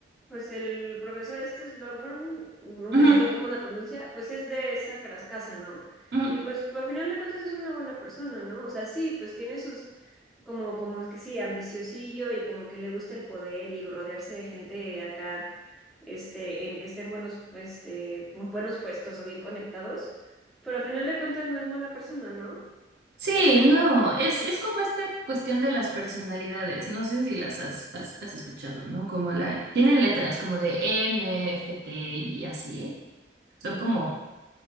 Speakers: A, in the centre; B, on the right (about 60°).
A: pues el profesor este Slughorn, nunca
B: Ujú,
A: he sabido cómo se pronuncia, pues es de esa cras- casa, ¿no?
B: ujú.
A: Y pues al final de cuentas es una buena persona, ¿no? O sea, sí, pues tiene sus, como, como que sí, ambiciosillo y como que le gusta el poder y rodearse de gente acá, este, en que estén buenos, este, en buenos puestos o bien conectados. Pero al final de cuentas no es mala persona, ¿no?
B: Sí, no, es, es como esta cuestión de las personalidades, no sé si las has, has, has escuchado, ¿no? Como la, tienen letras como de N, F, T y así, son como